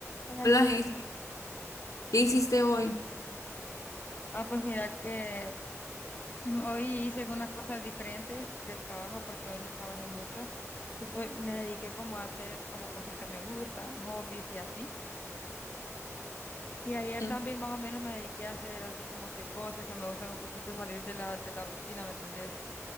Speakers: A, on the left; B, on the left.
A: Hola,
B: Hola,
A: Jamie.
B: Hazel, ¿qué hiciste hoy?
A: Ah, pues mira que <clears throat> hoy hice algunas cosas diferentes del trabajo porque hoy no trabajé mucho. Pues hoy me dediqué como a hacer como cosas que me gustan, hobbies y así. Y ayer
B: Mm.
A: también más o menos me dediqué a hacer así como que cosas que me gustan un poquito salir de la, de la rutina, ¿me entendés?